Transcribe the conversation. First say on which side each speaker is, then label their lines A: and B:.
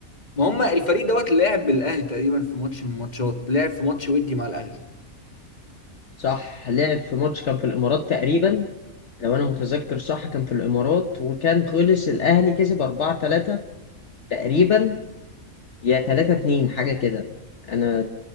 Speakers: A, on the left; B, on the left.
A: ما هم الفريق دوت لعب بالاهلي تقريبا في ماتش من الماتشات لعب في ماتش ودي مع الاهلي
B: صح لعب في ماتش كان في الامارات تقريبا لو انا متذكر صح كان في الامارات وكان خلص الاهلي كسب 4 3 تقريبا يا 3 2 حاجه كده انا